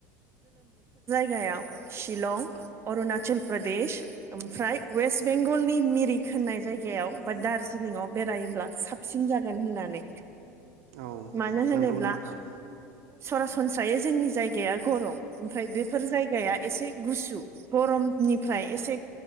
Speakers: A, on the right; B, on the right.
A: बियाव शिलं अरुणाचल प्रदेश ओमफ्राय ववेस्ट बेंगलनि मिरि होननाय जायगायाव बा दार्जिलिंआव बेरायोब्ला साबसिन जागोन होननानै
B: औ
A: मानो होनोब्ला
B: नंगौ नोंथां
A: सरासनस्रायै जोंनि जायगाया गरम ओमफ्राय बेफोर जायगाया एसे गुसु गरमनिफ्राय एसे